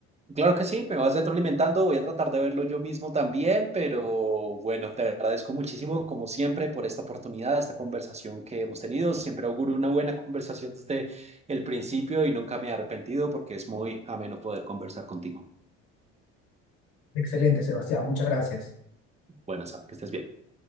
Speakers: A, on the right; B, on the left.
A: Claro que sí, me vas retroalimentando, voy a tratar de verlo yo mismo también, pero bueno, te agradezco muchísimo como siempre por esta oportunidad, esta conversación que hemos tenido. Siempre auguro una buena conversación desde el principio y nunca me he arrepentido porque es muy ameno poder conversar contigo.
B: Excelente, Sebastián. Muchas gracias.
A: Bueno, Sam, que estés bien.